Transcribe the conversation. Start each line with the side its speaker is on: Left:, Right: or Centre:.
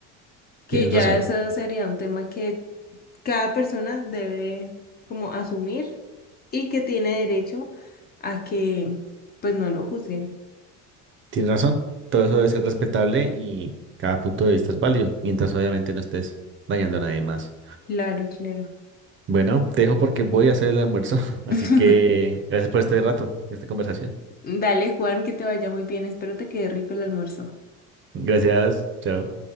Left: que
Right: Tienes
Left: ya
Right: razón,
Left: eso sería un tema que cada persona debe como asumir y que tiene derecho a que pues no lo juzguen.
Right: tienes razón. Todo eso debe ser respetable y cada punto de vista es válido, mientras obviamente no estés dañando a nadie más.
Left: Claro, claro.
Right: Bueno, te dejo porque voy a hacer el almuerzo, <laughs> así
Left: <laughs>
Right: que gracias por este rato, esta conversación.
Left: Dale, Juan, que te vaya muy bien. Espero te quede rico el almuerzo.
Right: Gracias, chao.